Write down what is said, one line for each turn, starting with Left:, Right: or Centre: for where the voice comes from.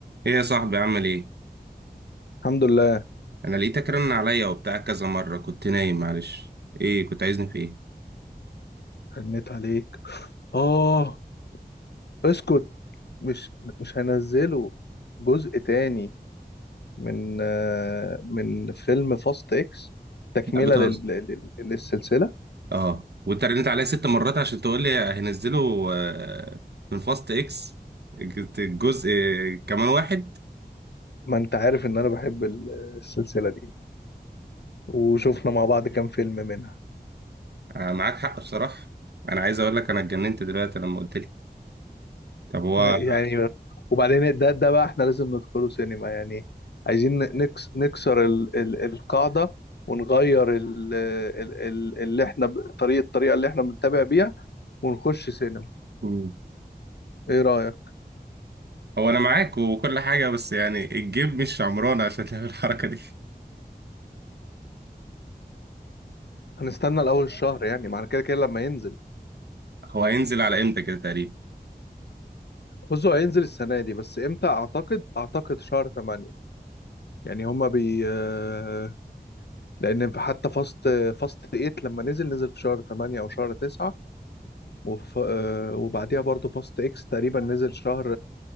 Right: ايه يا صاحبي عامل ايه
Left: الحمد لله
Right: انا لقيتك رن عليا وبتاع كذا مره كنت نايم معلش ايه كنت عايزني في ايه
Left: هنيت عليك اه اسكت مش مش هنزله جزء تاني من آه، من فيلم فاست اكس تكملة
Right: لا بتهزر
Left: لل... لل- للسلسلة
Right: اه وانت رنيت عليا ست مرات عشان تقول لي هنزله آه، من فاست اكس الجزء كمان واحد
Left: ما انت عارف ان انا بحب ال- السلسلة دي وشفنا مع بعض كام فيلم منها
Right: آه، معاك حق بصراحه انا عايز اقول لك انا اتجننت دلوقتي لما قلت لي طب هو
Left: طيب يعني وبعدين ده ده بقى احنا لازم ندخله سينما يعني عايزين نكس نكسر ال... ال... القاعدة ونغير ال... ال... ال- اللي احنا ب- طريقة الطريقة اللي احنا بنتابع بيها ونخش سينما
Right: مم.
Left: ايه رأيك
Right: هو انا معاك وكل حاجه بس يعني الجيب مش عمران عشان تعمل الحركه دي
Left: هنستنى الاول الشهر يعني معنى كده كده لما ينزل
Right: هو هينزل على امتى كده تقريبا
Left: بصوا هينزل السنة دي بس امتى اعتقد اعتقد شهر 8 يعني هما بي آه، لان في- حتى فاست فاست 8 لما نزل نزل في شهر 8 او شهر 9 وف... آه، وبعديها برضو فاست اكس تقريبا نزل شهر